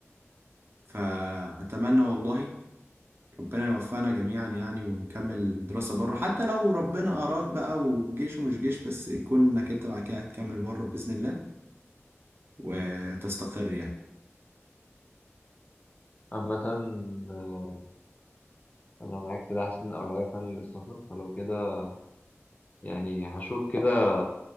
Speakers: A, on the right; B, on the left.
A: فاتمنى والله ربنا يوفقنا جميعا يعني ونكمل دراسه بره حتى لو ربنا اراد بقى وجيش ومش جيش بس يكون انك انت بعد كده هتكمل بره باذن الله وتستقر يعني
B: عامة آه، أنا معاك في ده حاسس إن الأولوية فعلا للسفر فلو كده يعني هشوف كده